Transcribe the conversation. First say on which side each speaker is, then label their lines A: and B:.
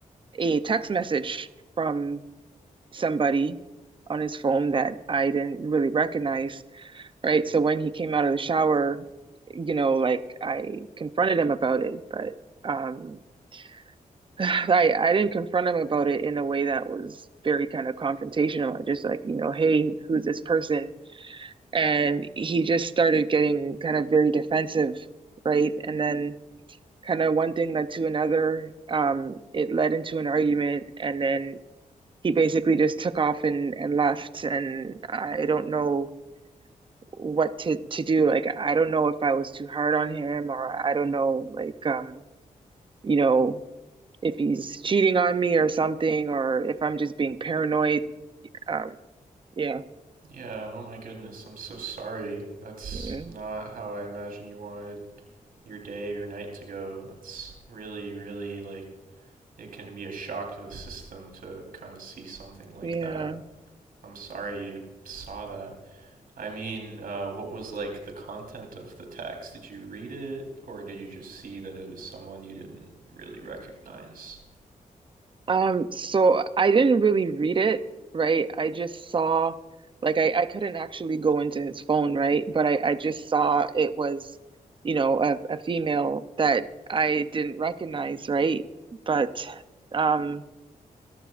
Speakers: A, on the right; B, on the right.
A: a text message from somebody on his phone that I didn't really recognize, right? So when he came out of the shower, you know, like I confronted him about it, but um <sighs> I I didn't confront him about it in a way that was very kind of confrontational. I just like, you know, hey, who's this person? And he just started getting kind of very defensive, right? And then kind of one thing led to another. Um, it led into an argument, and then he basically just took off and, and left and I don't know what to, to do. Like I don't know if I was too hard on him or I don't know like um, you know, if he's cheating on me or something or if I'm just being paranoid. Um, yeah.
B: Yeah, oh my goodness, I'm so sorry. That's
A: Yeah.
B: not how I imagined you wanted your day or night to go. That's really, really like it can be a shock to the system to kind of see something like
A: Yeah.
B: that. I'm sorry you saw that. I mean, uh, what was like the content of the text? Did you read it, or did you just see that it was someone you didn't really recognize?
A: Um, so I didn't really read it, right? I just saw, like, I, I couldn't actually go into his phone, right? But I, I just saw it was, you know, a, a female that I didn't recognize, right? But um,